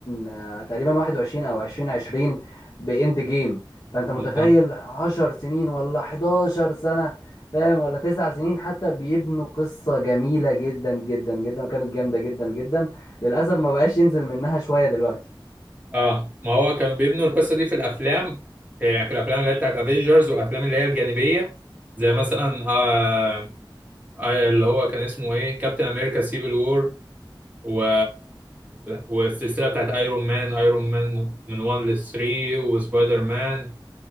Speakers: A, on the left; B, on the right.
A: آه، تقريبا 21 او 2020 باند جيم فانت
B: بالظبط
A: متخيل 10 سنين ولا 11 سنه فاهم ولا 9 سنين حتى بيبنوا قصه جميله جدا جدا جدا وكانت جامده جدا جدا للاسف ما بقاش ينزل منها شويه دلوقتي
B: اه ما هو كانوا بيبنوا القصه دي في الافلام يعني في الافلام اللي هي بتاعت افنجرز والافلام اللي هي الجانبيه زي مثلا آه آه، اللي هو كان اسمه ايه كابتن امريكا سيفل وور و... والسلسله بتاعت ايرون مان ايرون مان من 1 ل 3 وسبايدر مان